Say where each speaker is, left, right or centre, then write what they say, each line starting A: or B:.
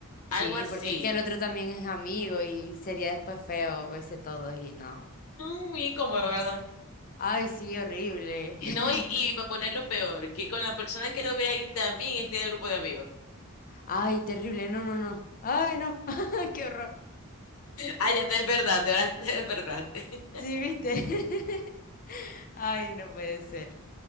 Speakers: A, on the left; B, on the left.
A: Algo
B: Sí,
A: así.
B: porque es que el otro también es amigo y sería después feo verse todos y no.
A: No, muy cómodo, ¿verdad?
B: Ay, sí, horrible.
A: Y
B: <laughs>
A: no, y, y para ponerlo peor, que con la persona que lo ve ahí también esté en el grupo de amigos. <laughs>
B: Ay, terrible, no, no, no. Ay, no, <laughs> qué horror.
A: Ah, ya te despertaste, ahora te despertaste.
B: Sí,
A: <laughs>
B: viste. <laughs> Ay, no puede ser.